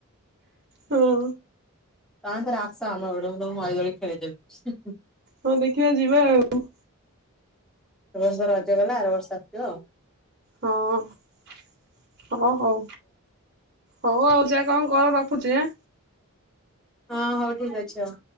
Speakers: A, on the right; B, in the centre.
A: ହଁ
B: ତମେ ଥରେ ଆସ ଆମ ଘରକୁ ମୁଁ ତମକୁ ମଇ ଦଳି ଖେଳେଇଦେବି। ହୁଁ-ହୁଁ।
A: ହଁ ଦେଖିବା ଯିବା ଆଉ।
B: ଏ ବର୍ଷ ରଜ ଗଲା ଆର ବର୍ଷ ଆସିବ ଆଉ।
A: ହଁ-ହଁ ହଉ। ହଉ ଆଉ ଯା କଣ୍ କର ରଖୁଚି ଆଁ।
B: ହଁ ହଉ ଠିକ୍ ଅଛି ଆଉ।